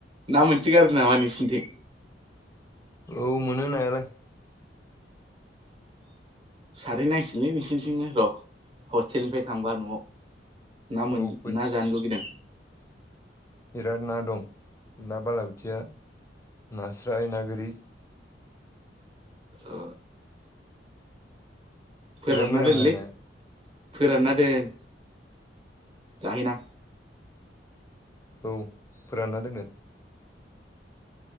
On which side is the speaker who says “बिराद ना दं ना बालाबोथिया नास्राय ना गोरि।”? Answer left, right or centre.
Left